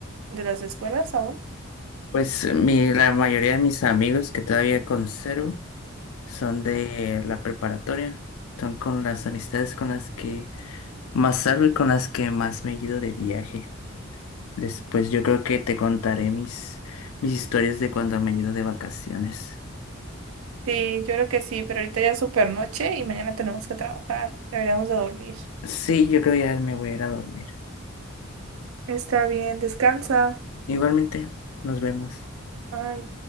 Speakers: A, on the right; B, on the left.
A: de las escuelas aún?
B: Pues mi, la mayoría de mis amigos que todavía conservo son de la preparatoria, son con las amistades con las que más salgo y con las que más me he ido de viaje. Después yo creo que te contaré mis, mis historias de cuando me he ido de vacaciones.
A: Sí, yo creo que sí, pero ahorita ya es super noche y mañana tenemos que trabajar. Deberíamos de dormir.
B: Sí, yo creo ya me voy a ir a dormir.
A: Está bien, descansa.
B: Igualmente, nos vemos.
A: Bye.